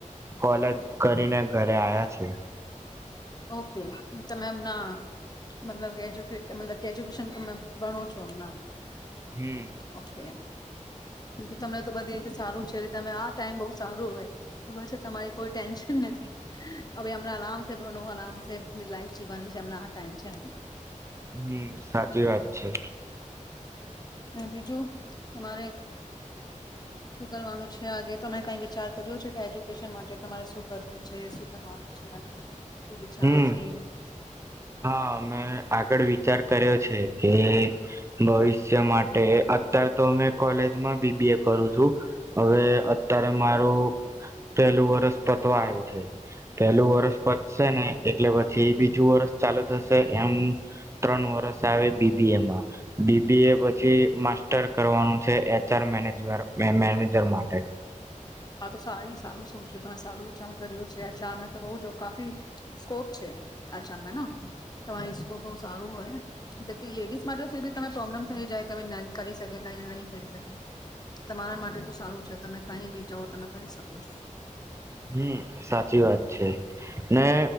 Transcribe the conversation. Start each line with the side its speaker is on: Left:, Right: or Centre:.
Right: કોલેજ કરીને ઘરે આવ્યા છે.
Left: ઓકે, તમે એમના મતલબ એજ્યુકેશન, એજ્યુકેશન ભણો છો હમણાં?
Right: હમ
Left: ઓકે, બીજું તમને તો બધી રીતે સારું છે. તમે આ ટાઈમ બહુ સારું હોય. તમારી કોઈ ટેન્શન નથી. હવે અમને આરામ ધણો આરામ છે. લાઈફ જોવાની છે. હમણા આ ટાઈમ ચાલ.
Right: હમ, સાચી વાત છે.
Left: અને બીજું તમારે શું કરવાનું છે? આગે તમે કઈ વિચાર કર્યો છે, એજ્યુકેશન માટે તમારે શું કરવું છે, શું કરવાનું છે આગે? શું વિચાર
Right: હમ,
Left: છે
Right: હા, મેં આગળ વિચાર્યું. વિચાર કર્યો છે કે ભવિષ્ય માટે, અત્યારે તો અ કોલેજમાં બીબી એ કરું છું. હવે અત્યારે મારું પહેલું વર્ષ પતવા આવ્યું છે, પેલું વર્ષ પ ને એટલે પછી બીજું વર્ષ ચાલુ થશે. એમ ત્રણ વર્ષ આવે બીબીએમાં. બીબીએ પછી માસ્ટર કરવાનું છે, એચઆર મેજ મેનેજર માટે.
Left: આ તો સારી સારું શું છે, તમે સારું વિચાર કર્યું છે. એચાર તો બહુ જો કાફી સ્કોપ છે. એચારમાં તમારી સ્કોપ બહુ સારું હોય. લેડીઝ માટે સીધી બી, તમે પ્રોબ્લેમ થઈ જાય કે ન કરી શકે, કંઈ નહીં કરી શકે. તમારા માટે તો સારું છે. તમે કઈ બી જોવ, તમે કરી શકો છો.
Right: હમ, સાચી વાત છે. ને